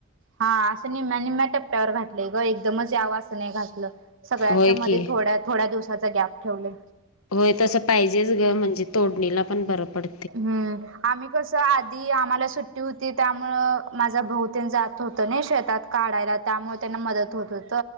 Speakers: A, on the right; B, on the left.
A: हा असं निमम्या निम्म्या टप्प्यावर घातलंय ग एकदमच यावास नाही घातलं सगळ्यांच्या
B: होय
A: मध्ये
B: की
A: थोड्या थोड्या दिवसाचा गॅप ठेवलय.
B: होय तसं पाहिजेच ग म्हणजे तोडणीला पण बरं पड
A: हम्म आम्ही कसं आ ती आम्हाला सुट्टी होती त्यामुळं माझा भाऊ तेन जात होतं ना शेतात काढायला त्यामुळे त्यांना मदत होत होत